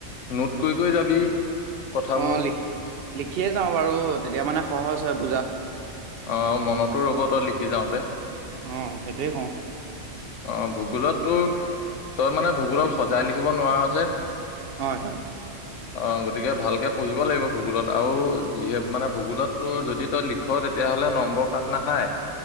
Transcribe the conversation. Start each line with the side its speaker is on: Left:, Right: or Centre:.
Left: নোট কৰি কৰি যাবি। কথাবোৰ
Right: অঁ, লিখ লিখিয়ে যাওঁ বাৰু তেতিয়া মানে সহজ হয় বুজাত।
Left: অঁ, মনতো ৰ'ব তই লিখি যাওঁতে।
Right: অঁ, সেইটোয়ে কওঁ।
Left: অ ভূগোলত তো তই মানে ভূগোলত সজাই লিখিব নোৱাৰ যে
Right: হয় হয়
Left: <inaudible> অ গতিকে ভালকে পঢ়িব লাগিব ভূগোলত আৰু যিহেত মানে ভূগোলত তো যদি তই লিখ লিখ তেতিয়াহ'লে নম্বৰ কাট নাখায়